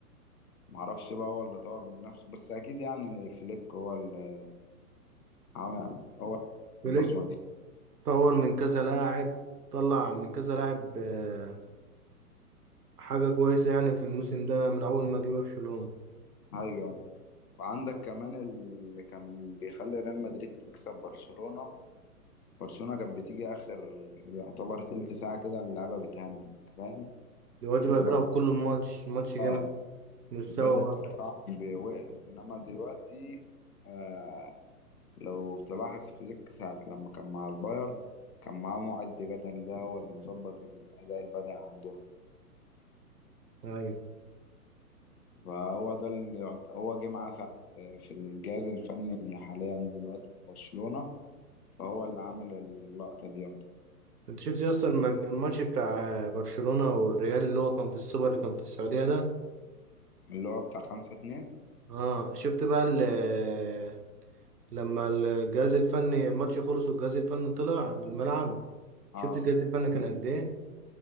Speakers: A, on the left (about 70°); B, on the right (about 85°).
A: معرفش بقى هو اللي طور من نفسه بس اكيد يعني فليك هو اللي عمل هو
B: فليك
A: البصمه دي
B: طور من كذا لاعب طلع من كذا لاعب آه، حاجة كويسة يعني في الموسم ده من أول ما جه برشلونة
A: ايوه وعندك كمان اللي كان بيخلي ريال مدريد تكسب برشلونه برشلونه كانت بتيجي اخر يعتبر تلت ساعه كده اللعبه بتهنج فاهم
B: الواد بقى
A: البدل
B: بيلعب كل الماتش ماتش جامد
A: اه
B: مستوى
A: البدل
B: واحد
A: بتاعهم بيوقع انما دلوقتي آه لو تلاحظ فليك ساعه لما كان مع البايرن كان معاه معد بدني ده هو اللي مظبط الاداء البدني عندهم
B: أيوة
A: فهو ده اللي يعت- هو جه معاه ساعة في الجهاز الفني حاليا دلوقتي في برشلونة فهو اللي عامل اللقطة دي يعتبر
B: انت شفت اصلا المج- الماتش بتاع برشلونة والريال اللي هو كان في السوبر اللي كان في السعودية ده
A: اللي هو بتاع خمسة اتنين
B: اه شفت بقى ال- لما الجهاز الفني الماتش خلص والجهاز الفني طلع الملعب
A: اه
B: شفت الجهاز الفني كان قد ايه